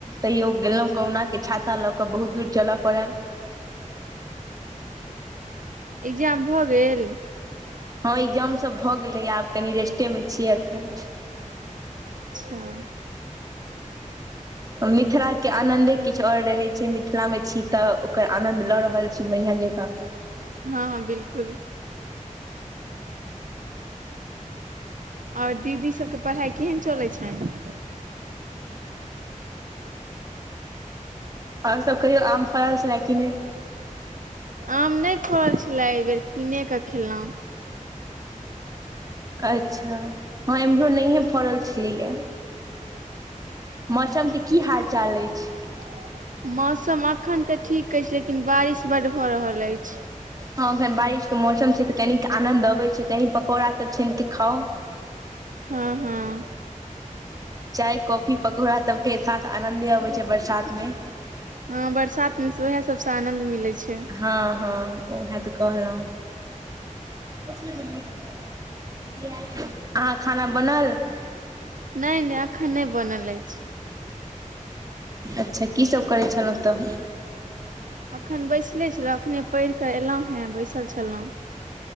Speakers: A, on the right; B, on the right.
A: तइयो गेलहुँ कहुना के छाता लऽक बहुत दूर चलऽ पड़ल।
B: <inaudible> इक्जाम भ गेल?
A: हँ इक्जाम सब भ गेलै, आब कनी रेस्टे मे छियै अखन।
B: अच्छा।
A: मिथिला के आनंदे किछु आओर रहै छै, मिथिला मे छी त ओकर आनंद ल रहल छी बढ़ियाँ जकाँ?
B: हँ-हँ बिलकुल अओर दीदी सबके पढ़ाई केहेन चलै छनि?
A: आओर सब कहियौ, आम फरल छला कि नै?
B: आम नै फरल छला अइबेर किनेक खेलौं।
A: अच्छा, हँ एम्हरो नहिये फरल छ्लैया। मौसम के की हाल चाल अछि?
B: <inaudible> मौसम अखन त ठीक अछि लेकिन बारिश बड्ड भ रहल अछि।
A: हँ एखन बारिश के मौसम छै त कनिक आनंद अबै छै, कनी पकौड़ा त छानिक खाउ।
B: हँ-हँ।
A: चाय कॉफी पकौड़ा सबके साथ आनन्दे अबै छै बरसात मे।
B: हँ बरसातमे त वैह सबसं आनंद मिलै छै।
A: हँ-हँ उहे त कहलौं। <unintelligible> अहाँक खाना बना ल
B: नै नै अखन नै बनल अछि।
A: अच्छा की सब करै छलौं त?
B: अखन बैसले छलौं, अखने पढ़िक एलौं हेँ बैसल छलौं।